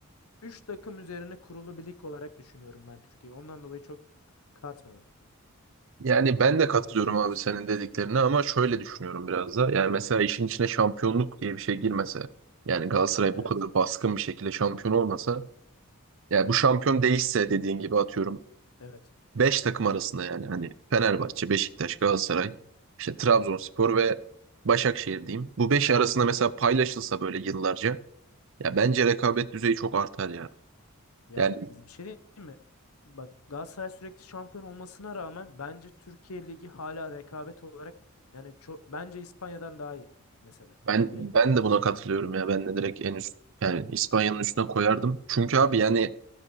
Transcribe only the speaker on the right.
Yani ben
de katılıyorum
abi
senin dediklerine ama şöyle düşünüyorum biraz da. Yani mesela işin içine şampiyonluk diye bir şey girmese, yani Galatasaray
bu kadar baskın bir şekilde şampiyon olmasa, yani bu şampiyon değişse
dediğin gibi atıyorum
5 takım arasında yani hani Fenerbahçe, Beşiktaş, Galatasaray, işte Trabzonspor ve Başakşehir diyeyim. Bu 5 arasında mesela paylaşılsa böyle yıllarca ya bence rekabet düzeyi çok artar ya.
Yani
ben
ben
de buna katılıyorum ya. Ben de direkt en üst yani İspanya'nın üstüne koyardım. Çünkü abi yani